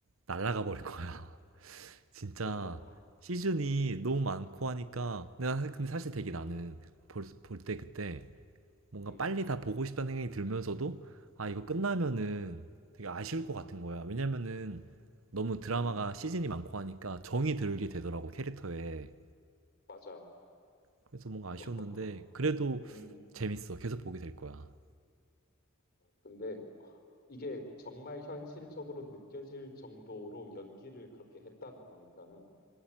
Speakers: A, on the right; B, on the left.
A: 날아가
B: 응.
A: 버릴 거야. <laughs> 진짜
B: 그러니까,
A: 시즌이
B: 응,
A: 너무 많고 하니까. 근데 나- 근데 사실
B: 응,
A: 되게 나는 볼, 볼 때
B: 응,
A: 그때 뭔가
B: 응,
A: 빨리 다 보고 싶다는 생각이 들면서도 아, 이거 끝나면은
B: 응,
A: 되게 아쉬울
B: 응,
A: 것 같은 거야. 왜냐면은 너무 드라마가
B: 응.
A: 시즌이 많고 하니까 정이 들게 되더라고, 캐릭터에.
B: 맞아.
A: 그래서 뭔가 아쉬웠는데
B: <laughs>
A: 그래도
B: 응, 응.
A: 재밌어. 계속 보게 될 거야.
B: 근데 이게 정말 현실적으로 느껴질 정도로 연기를 그렇게 했다는 거니까는